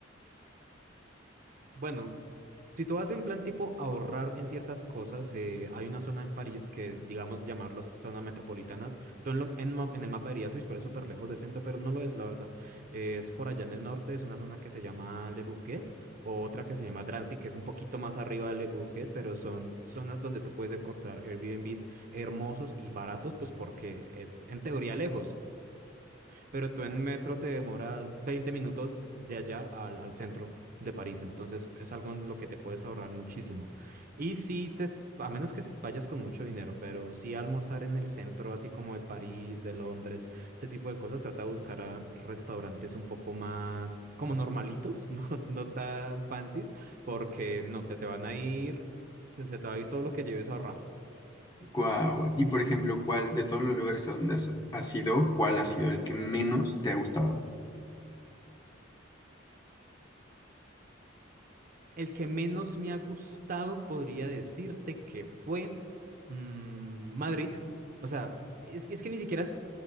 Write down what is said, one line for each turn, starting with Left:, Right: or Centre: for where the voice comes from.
Right: Bueno, si tú vas en plan tipo ahorrar en ciertas cosas, eh, hay una zona en París que, es, digamos, llamarlos zona metropolitana. Tú en, lo- en ma- en el mapa dirías, uy, pero es súper lejos del centro, pero no lo es, la verdad. Eh, es por allá en el norte, es una zona que se llama Le Bourget, o otra que se llama Drancy, que es un poquito más arriba de Le Bourget, pero son zonas donde tú puedes encontrar Airbnbs hermosos y baratos, pues porque es en teoría lejos pero tú en metro te demoras 20 minutos de allá al, al centro de París, entonces es algo en lo que te puedes ahorrar muchísimo. Y sí, te, s- a menos que s- vayas con mucho dinero, pero sí almorzar en el centro, así como de París, de Londres, ese tipo de cosas, trata de buscar a restaurantes un poco más como normalitos, <laughs> no, no tan fancies, porque no, se te van a ir, se, se te va a ir todo lo que lleves ahorrado.
Left: Guau. Y por ejemplo, ¿cuál de todos los lugares a donde has, has ido, cuál ha sido el que menos te ha gustado?
Right: El que menos me ha gustado podría decirte que fue mm, Madrid. O sea, es, que- es que ni siquiera es,